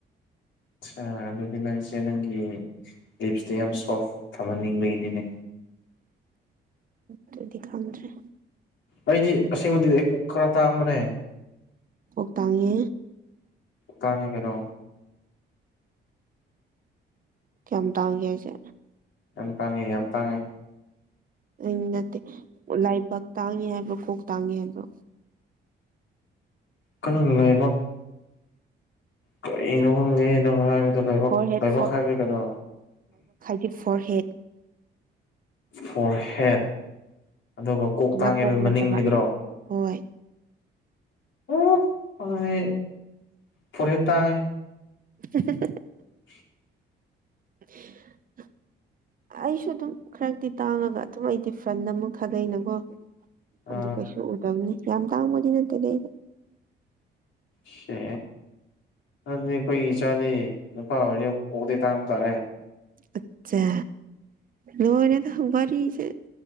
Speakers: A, on the left; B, on the right.
A: ꯑꯆꯥ ꯑꯗꯨꯗꯤ ꯅꯪꯁꯦ ꯅꯪꯒꯤ ꯂꯤꯞꯁꯇꯣ ꯌꯥꯝ ꯁꯣꯐ ꯊꯝꯍꯟꯅꯤꯡꯕꯒꯤꯅꯤꯅꯦ
B: ꯑꯗꯨꯗꯤ ꯈꯪꯗ꯭ꯔꯦ
A: ꯑꯩꯗꯤ ꯑꯁꯦꯡꯕꯗꯤꯗꯤ ꯀꯣꯛ ꯈꯔ ꯇꯥꯡꯕꯅꯦ
B: ꯀꯣꯛ ꯇꯥꯡꯉꯦ
A: ꯇꯥꯡꯉꯦ ꯀꯩꯅꯣ
B: ꯀꯌꯥꯝ ꯇꯥꯡꯒꯦ ꯍꯥꯏꯁꯦ
A: ꯌꯥꯝ ꯇꯥꯡꯉꯦ ꯌꯥꯝ ꯇꯥꯡꯉꯦ
B: ꯎꯝ ꯅꯠꯇꯦ ꯂꯥꯏꯕꯛ ꯇꯥꯡꯉꯦ ꯍꯥꯏꯕꯣ ꯀꯣꯛ ꯇꯥꯡꯉꯦ ꯍꯥꯏꯕ꯭ꯔꯣ
A: ꯀꯟꯅꯅꯥ ꯂꯥꯏꯕꯥꯛ ꯀꯔꯤꯅꯣ ꯈꯪꯗꯦ ꯅꯪꯅꯣ ꯍꯥꯏꯕꯗ ꯂꯥꯏꯕꯛ
B: ꯐꯣꯔ ꯍꯦꯠ
A: ꯂꯥꯏꯕꯛ ꯍꯥꯏꯕꯗꯤ ꯀꯩꯅꯣ
B: ꯍꯞ ꯐꯣꯔ ꯍꯦꯠ
A: ꯐꯣꯔ ꯍꯦꯠ ꯑꯗꯨꯒ ꯀꯣꯛꯇꯥꯡꯉꯦ
B: ꯅꯀꯣꯛ
A: ꯍꯥꯏꯕ ꯃꯅꯤꯡꯒꯤꯗ꯭ꯔꯣ
B: ꯅꯠꯇꯕ ꯍꯣꯏ
A: ꯑꯣ ꯍꯣꯏ ꯐꯣꯔꯍꯦꯠ ꯇꯥꯏ
B: <unintelligible>
A: <inaudible>
B: <inaudible> ꯑꯩꯁꯨ ꯑꯗꯨꯝ ꯈꯔꯛꯇꯤ ꯇꯥꯡꯉꯒ ꯑꯗꯨꯝ ꯑꯩꯗꯤ ꯐ꯭ꯔꯟꯗ ꯑꯃꯨꯛ ꯊꯥꯗꯩ ꯅꯀꯣ
A: ꯑ
B: ꯑꯗꯨ ꯀꯩꯁꯨ ꯎꯗꯝꯅꯤ ꯌꯥꯝ ꯇꯥꯡꯕꯗꯤ ꯅꯠꯇꯦ ꯑꯩ
A: ꯁꯦ ꯑꯗꯨꯗꯤ ꯑꯩꯈꯣꯏ ꯏꯆꯥꯗꯤ ꯅꯨꯄꯥ ꯑꯣꯏꯔꯗꯤ ꯀꯣꯛꯇꯤ ꯇꯥꯡ ꯇꯥꯔꯦ
B: ꯑꯆꯥ ꯂꯣꯏꯔꯦꯗ ꯋꯥꯔꯤꯁꯦ